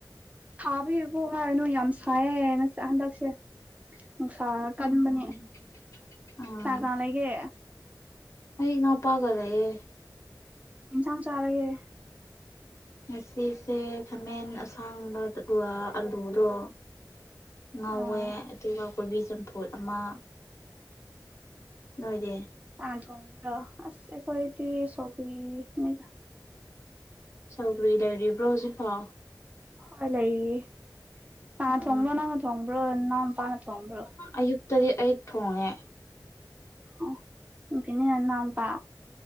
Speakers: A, on the right (about 20°); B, on the left (about 40°).
A: ꯁꯥꯕꯒꯤꯒꯨ ꯍꯥꯏꯔꯅꯨ ꯌꯥꯝ ꯁꯥꯏꯌꯦ ꯉꯁ ꯍꯟꯗꯛꯁꯦ ꯅꯨꯡꯁꯥ ꯀꯟꯕꯅꯦ
B: ꯎꯝ ꯑꯥ
A: ꯀꯅꯥ ꯀꯅꯥ ꯂꯩꯒꯦ
B: ꯑꯩ ꯏꯅꯥꯎꯄꯥꯒ ꯂꯩꯌꯦ
A: ꯏꯟꯁꯥꯡ ꯆꯥꯔꯒꯦ
B: ꯉꯁꯤꯁꯦ ꯈꯥꯃꯦꯟ ꯑꯁꯥꯡꯕ <unintelligible> ꯑꯂꯨꯗꯣ ꯉꯧꯋꯦ
A: ꯑꯥ
B: ꯑꯗꯨꯒꯥ ꯀꯣꯕꯤ ꯆꯝꯐꯨꯠ ꯑꯃ ꯅꯣꯏꯗꯤ
A: ꯑꯥ ꯊꯣꯡꯕ꯭ꯔꯣ ꯑꯁ ꯑꯩꯈꯣꯏꯗꯤ ꯁꯧꯒ꯭ꯔꯤ ꯅꯤꯗꯥ
B: ꯁꯧꯒ꯭ꯔꯤ ꯂꯩꯔꯤꯕ꯭ꯔꯣ ꯍꯧꯖꯤꯛꯐꯥꯎ
A: ꯍꯣꯏ ꯂꯩꯔꯤꯌꯦ ꯄꯥ
B: ꯎꯝ
A: ꯊꯣꯡꯕ꯭ꯔꯣ ꯅꯪꯅ ꯊꯣꯡꯕ꯭ꯔꯣ ꯅꯅꯥꯎ ꯄꯥꯅ ꯊꯣꯡꯕ꯭ꯔꯣ
B: ꯑꯌꯨꯛꯇꯥꯗꯤ ꯑꯩꯠ ꯊꯣꯡꯉꯦ
A: ꯑꯣ ꯅꯨꯡꯊꯤꯟꯅ ꯍꯦꯟ ꯅꯥꯟꯕ